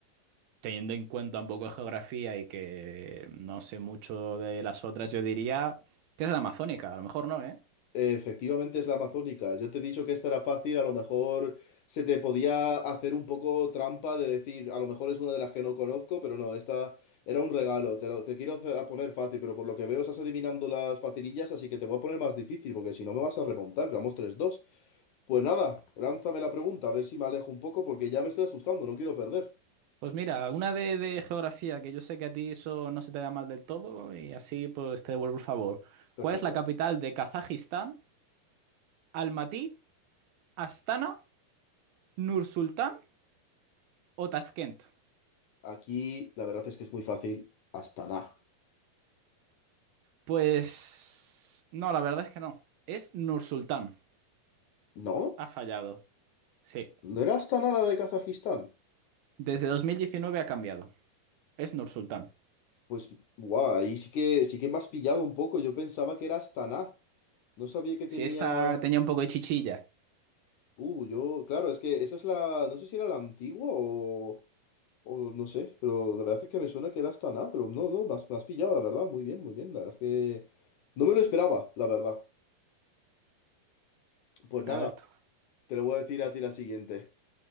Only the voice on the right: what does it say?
teniendo en cuenta un poco de geografía y que no sé mucho de las otras, yo diría que es la amazónica, a lo mejor no, ¿eh?
Pues mira, una de, de geografía, que yo sé que a ti eso no se te da mal del todo, y así pues te devuelvo el favor.
¿Cuál es la capital de Kazajistán? ¿Almatí, Astana, Nursultán o Taskent?
Pues no, la verdad es que no. Es Nursultán.
Ha fallado. Sí.
Desde 2019 ha cambiado. Es Nursultán.
Si esta tenía un poco de chichilla.
A ver tú.